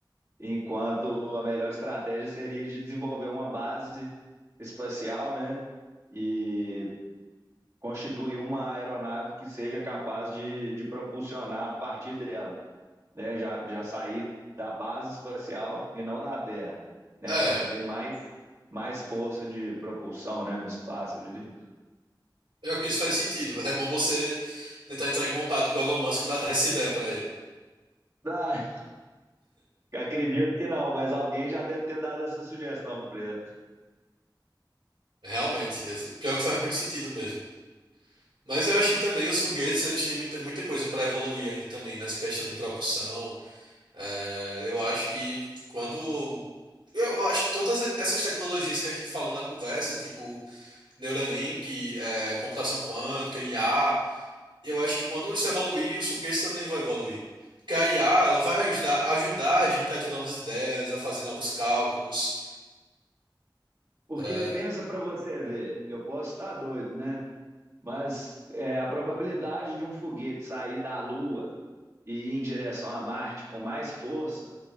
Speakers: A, on the right (about 40°); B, on the right (about 85°).
A: enquanto a melhor estratégia seria de desenvolver uma base espacial, né? E constituir uma aeronave que seja capaz de, de propulsionar a partir dela, né? Já, já sair da base espacial e não da Terra, né?
B: É,
A: Para ela ter mais, mais força de propulsão, né? No espaço, eu diria.
B: eu que isso faz sentido. É bom você tentar entrar em contato com o Elon Musk para <laughs> dar essa ideia para ele.
A: Tá, Acredito que não, mas alguém já deve ter dado essa sugestão para ele.
B: Realmente, é, pior que faz muito sentido mesmo. Mas eu acho que também os foguetes, eles têm muita, muita coisa para evoluir ainda também nessa questão de propulsão. É, eu acho que quando Eu eu acho que todas essas tecnologias que a gente falou na conversa, tipo Neuralink, é, computação quântica, IA. Eu acho que quando isso evoluir, os foguetes também vão evoluir. Porque a IA, ela vai ajudar, ajudar a gente a ter novas ideias, a fazer novos cálculos.
A: Porque
B: É,
A: pensa para você ver, eu posso estar doido, né? Mas é, a probabilidade de um foguete sair da Lua e ir em direção a Marte com mais força